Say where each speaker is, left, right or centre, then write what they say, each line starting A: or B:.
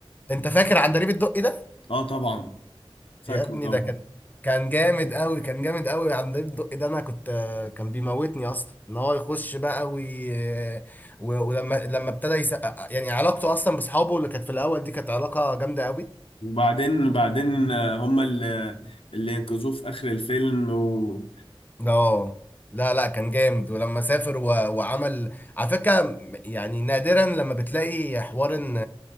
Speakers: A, on the left; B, on the left.
A: انت فاكر عندليب الدقي ده
B: اه طبعا فاكره
A: يا ابني
B: طبعا
A: ده كان كان جامد قوي كان جامد قوي عندليب الدقي ده انا كنت كان بيموتني اصلا ان هو يخش بقى وي... و... ولما لما ابتدى يسقق يعني علاقته اصلا باصحابه اللي كانت في الاول دي كانت علاقه جامده قوي
B: وبعدين بعدين آه، هما اللي اللي ينقذوه في آخر الفيلم و...
A: اه لا لا كان جامد ولما سافر و... وعمل على فكره يعني نادرا لما بتلاقي حوار ان